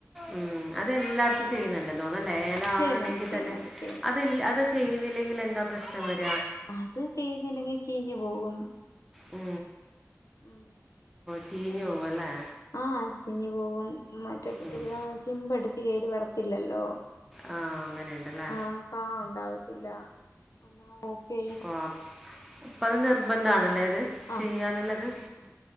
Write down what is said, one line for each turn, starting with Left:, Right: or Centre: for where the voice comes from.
Centre: ഉം അതെല്ലാ ചെയ്യുന്നുണ്ട് ഒന്ന് ലേല
Left: ചെയ്യുന്നുണ്ട്
Centre: ആണെങ്കിൽ
Left: ചെയ്യുന്നുണ്ട്
Centre: തന്നെ
Left: ചെയ്യുന്നുണ്ട്
Centre: അത് അത് ചെയ്യുന്നില്ലെങ്കിൽ എന്താ പ്രശ്നം വരാ
Left: അത് ചെയ്യുന്നില്ലെങ്കിൽ ചീഞ്ഞ് പോകും
Centre: അ
Left: ഉം
Centre: ചീഞ്ഞ് പോവുല്ലേ
Left: ആ ചീഞ്ഞ് പോകും മറ്റെ
Centre: ഉം.
Left: ചിമ്പടിച്ച് കേറി വരത്തില്ലല്ലോ.
Centre: ആ അങ്ങനെയുണ്ടല്ലേ
Left: ആ കാ ഉണ്ടാവും ത്തില്ല എന്നാ ഓക്കെ
Centre: ആ അപ്പൊ അത് നിർബന്ധവാണല്ലേ
Left: ആഹ്
Centre: ചെയ്യാന്നുള്ളത്
Left: ഉം ഉം